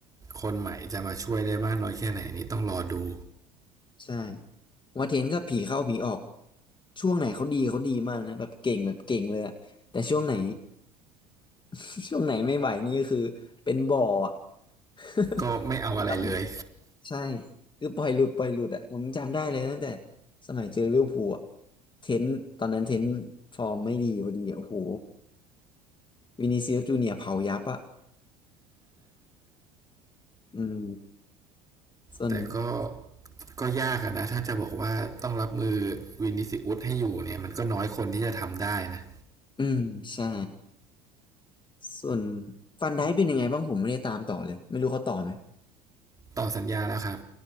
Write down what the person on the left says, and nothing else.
ใช่ผมว่าเทนก็ผีเข้าผีออกช่วงไหนเขาดีเขาดีมากนะแบบเก่งแบบเก่งเลยอะแต่ช่วงไหน <laughs> ช่วงไหนไม่ไหวนี่ก็คือเป็นบ่ออะ <laughs>
เจ็บครับใช่คือปล่อยหลุดปล่อยหลุดอ่ะผมจำได้เลยตั้งแต่สมัยเจอลิเวอร์พูลอะเทนต์ตอนนั้นเทนต์ฟอร์มไม่ดีพอดีอะโอ้โหวินิซิอุสจูเนียร์เผายับอ่ะอืมส่วน
อืมใช่ส่วนฟันไดเป็นยังไงบ้างผมไม่ได้ตามต่อเลยไม่รู้เขาต่อไหม